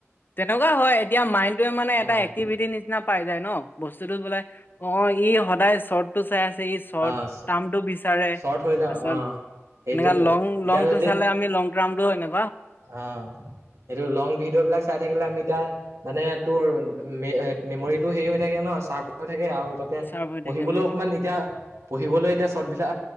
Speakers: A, on the left; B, on the right.
A: তেনেকুৱা হয়, এতিয়া মাইণ্ডটোৱে মানে
B: অ',
A: এটা এক্টিভিটি নিচিনা পাই যায় ন, বস্তুটো বোলে অ ই সদায় চৰ্টটো চাই আছে, ই চৰ্ট
B: অ',
A: ট্ৰামটো বিচাৰে
B: শ্বৰ্ট হৈ যাওঁ
A: তাৰপিছত
B: অ', সেইটোৱেতো
A: এনেকা লং
B: এতিয়া
A: লং
B: যদি
A: টো চালে আমি লং ট্ৰামটো হয় নাই
B: অ, সেইটো লং ভিডিঅ' বিলাক চাই থাকিলে আমি এতিয়া মানে তোৰ মে মেমৰিটো হেৰি হৈ থাকে ন চাৰ্প হৈ থাকে আৰু তা- তে
A: চাৰ্ভ হৈ
B: পঢ়িবলৈও
A: থাকে উম
B: অকণমান এ- তিয়া পঢ়িবলৈ এতিয়া চৰ্টবিলাক